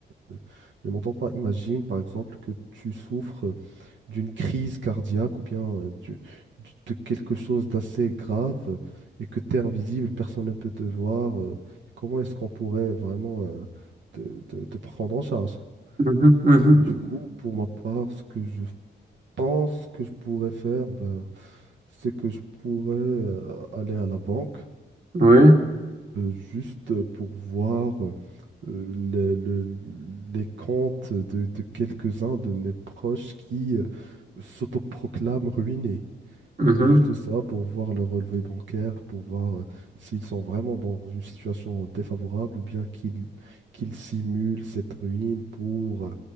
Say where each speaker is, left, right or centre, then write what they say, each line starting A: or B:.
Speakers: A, on the right (about 85°); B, on the right (about 45°).
A: ne ne m'entends pas. Imagine, par exemple, que tu souffres d'une crise cardiaque ou bien euh, du- du- de quelque chose d'assez grave euh, et que tu es invisible, personne ne peut te voir, euh, comment est-ce qu'on pourrait vraiment euh, te, te- te prendre en charge?
B: Mhm, mhm,
A: Euh, Du coup, pour ma part, ce que je pense que je pourrais faire, ben, c'est que je pourrais euh, aller à la banque
B: oui.
A: euh, juste euh, pour voir euh, le- le- les comptes de, de quelques-uns de mes proches qui euh, s'autoproclament ruinés.
B: mhm.
A: Juste ça pour voir le relevé bancaire, pour voir euh, s'ils sont vraiment dans une situation défavorable ou bien qu'ils qu'ils simulent cette ruine pour